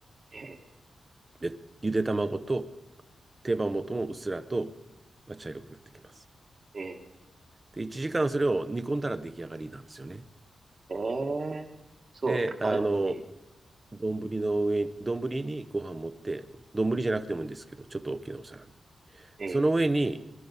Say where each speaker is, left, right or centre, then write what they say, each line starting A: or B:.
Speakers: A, on the right (about 35°); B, on the right (about 20°).
A: ええ
B: で、ゆで卵と手羽元もうっすらと茶色くなってきます。
A: ええ
B: で、1時間それを煮込んだら出来上がりなんですよね。
A: ええそう、
B: で、あの、
A: あ、ええ
B: 丼の上に、丼にご飯持って、丼じゃなくてもいいんですけど、ちょっと大きなお皿に。
A: ええ
B: その上に